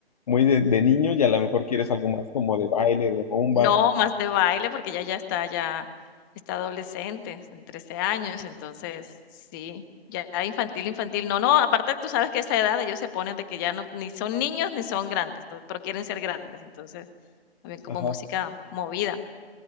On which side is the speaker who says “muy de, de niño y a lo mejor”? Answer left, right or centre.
Left